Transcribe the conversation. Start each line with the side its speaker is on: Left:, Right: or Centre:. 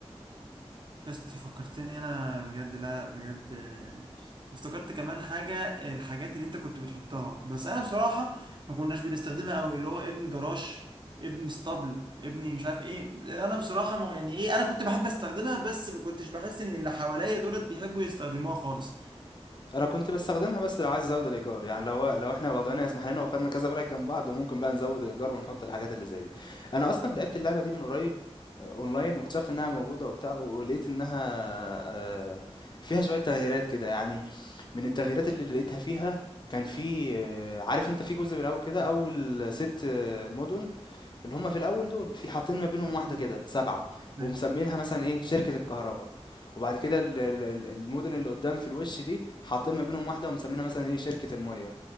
Right: يسطا فكرتني انا بجد لا لا بجد آه، وافتكرت كمان حاجه الحاجات اللي انت كنت بتحطها بس انا بصراحه ما كناش بنستخدمها قوي اللي هو ابن جراش ابن اسطبل ابني مش عارف ايه انا بصراحه ما- يعني ايه انا كنت بحب استخدمها بس ما كنتش بحس ان اللي حواليا دولت بيحبوا يستخدموها خالص
Left: أنا كنت باستخدمها بس لو عايز أزود الإيجار، يعني لو لو إحنا وضعنا يسمح لنا وخدنا كذا بلد جنب بعض ممكن بقى نزود الإيجار ونحط الحاجات اللي زي دي. أنا أصلًا لعبت اللعبة دي من قريب آه، أونلاين واكتشفت إنها موجودة وبتاع ولقيت إنها آه، فيها شوية تغييرات كده، يعني من التغييرات اللي لقيتها فيها كان في آه، عارف أنت في جزء بالأول كده أول ست آه، مدن اللي هم في الاول دول في حاطين ما بينهم
Right: مم.
Left: واحده كده سبعه
Right: ايوه
Left: ومسمينها مثلا ايه شركه الكهرباء وبعد كده ال- ال- ال- المدن اللي قدام في الوش دي حاطين ما بينهم واحده ومسمينها مثلا ايه شركه الميه